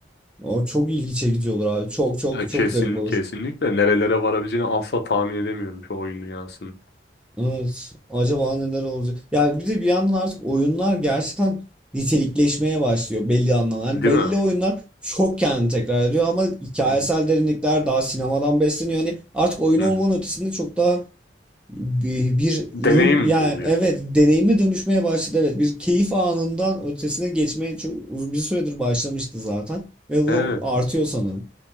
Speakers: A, in the centre; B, on the left (about 60°).
A: O çok ilgi çekici olur abi. Çok çok
B: E,
A: çok
B: kesin
A: garip olur.
B: kesinlikle nerelere varabileceğini asla tahmin edemiyorum şu oyun dünyasının.
A: Evet. Acaba neler olacak? Yani bir de bir yandan artık oyunlar gerçekten nitelikleşmeye başlıyor belli anlamda. Hani
B: Değil
A: belli
B: mi?
A: oyunlar çok kendini tekrar ediyor ama hikayesel
B: Hı hı.
A: derinlikler daha sinemadan besleniyor. Hani artık oyun
B: Hı
A: olmanın
B: hı.
A: ötesinde çok daha bir, bir
B: Deneyim
A: ürün yani
B: oluyor.
A: evet deneyimi dönüşmeye başladı evet bir keyif anından ötesine geçmeye çok bir süredir başlamıştı zaten ve bu
B: Evet.
A: artıyor sanırım.